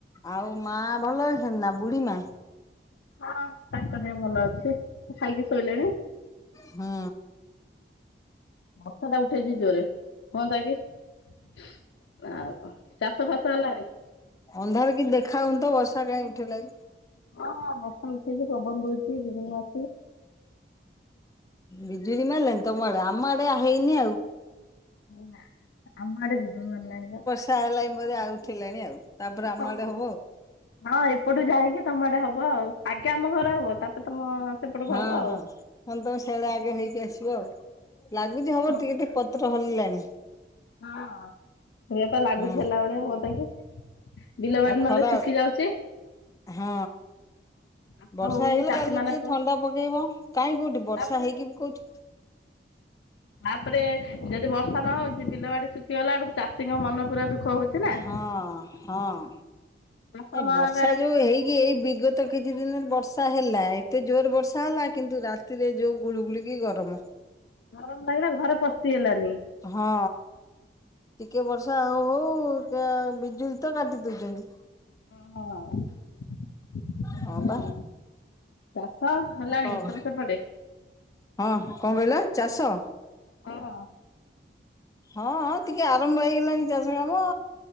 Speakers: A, on the left; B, on the left.
A: ଆଉ ମା ଭଲ ଅଇଛନ୍ତି ନା ବୁଢୀ ମା।
B: ହଁ ତାଙ୍କ ଦେହ ଭଲ ଅଛି ସେ ଖାଇକି ଶୋଇଲେଣି।
A: ହୁଁ।
B: ବର୍ଷା ଟା ଉଠେଇଛି ଜୋର ରେ ହୁଅନ୍ତା କି। ଆଉ କଁ ଚାଷ ଫାସ ହେଲାଣି।
A: ଅନ୍ଧାରେ କି ଛି ଦେଖା ଯାଉନି ତ ବର୍ଷା କାଇଁ ଉଠେଇଲାଇ।
B: ହଁ ବର୍ଷା ଉଠେଇଛି ପବନ ଦଉଛି ବିଜୁଳି ମାରୁଛି।
A: ବିଜୁଳି ମାରିଲାଣି ତମ ଆଡେ ଆମ ଆଡେ ଆ ହେଇନି ଆଉ।
B: ମୁଁ ନା ଆମ ବିଜୁଳି ସାରିଲାଣି ବା।
A: ଷା ହେଲାଇଁ ବୋଧୋ ଆଉ ଉଠେଇଲାଣି ଆଉ। ତାପରେ ଆମ
B: ହଁ
A: ଆଡେ
B: ହଁ।
A: ହବ ଆଉ।
B: ହଁ ଏପଟୁ ଯାଇକି ତମ ଆଡେ ହବ ଆଉ ଆଗେ ଆମ ଘର ହବ ତାପରେ ତମ। ସେପଟକୁ
A: ହଁ
B: ହବ ଆଉ।
A: ହଁ ନହେଲେ ତମ ସିଆଡୁ ଆଗେ ହେଇକି ଆସିବ ଆଉ ଲାଗୁଛି ହବ
B: ହଁ
A: ଟିକେ ଟିକେ ପ ପତ୍ର ହଲାଲାଣି।
B: ହଁ ଇଏ ପା ଲାଗୁଛି
A: ହୁଁ
B: ହେଲା ଭଳିଆ ପଦାକୁ। ବିଲ ବାଡ଼ି
A: ଆଉ
B: ନହେଲେ
A: ଖରା
B: ଶୁଖି ଯାଉଛି।
A: ହଁ।
B: ଚାଷ
A: ବର୍ଷା
B: ହଉନି
A: ହେଇଗଲେ
B: ଚାଷୀ
A: କାଲି ଯଦି
B: ମାନଙ୍କ
A: ଟିକେ ଥଣ୍ଡା ପକେଇବ କାହିଁ କୋଉଠି ବର୍ଷା
B: ତାପରେ
A: ହେଇକି ବି କୋଉଠି। <inaudible>
B: ଆ ପରେ ଯଦି ବର୍ଷା ନ ହଉଛି ବିଲ ବାଡି ଶୁଖିଗଲା ବେଳକୁ ଚାଷୀଙ୍କ ମନ ପୁରା ଦୁଃଖ ହଉଛି ନା।
A: ହଁ ହଁ ନାଇଁ
B: ଚାଷ ନହେଲେ
A: ବର୍ଷା ଯୋଉ ହେଇକି ଏଇ ବିଗତ ତ କିଛି ଦିନରେ ବର୍ଷା ହେଲା ଏତେ ଜୋର ବର୍ଷା ହେଲା କିନ୍ତୁ ରାତିରେ ଯୋଉ ଗୁଳୁଗୁଳିକି ଗରମ।
B: ଗରମ ଲାଗିଲା ଘରେ ପଶି ହେଲାନି।
A: ହଁ। ଟିକେ ବର୍ଷା ହଉ ହଉ କା ବିଜୁଳି ତ କାଟି ଦଉଛନ୍ତି।
B: ହୁଁ ହଁ।
A: ହଁ ବା।
B: <inaudible> ଚାଷ ହେଲାଣି
A: ଆଉ କଣ
B: ତମେ ସେପଟେ।
A: ହଁ କଁ କହିଲ ଚାଷ।
B: ହଁ।
A: ହଁ ହଁ ଟିକେ ଆରମ୍ଭ ହେଇଗଲାଣି। ଚାଷ କାମ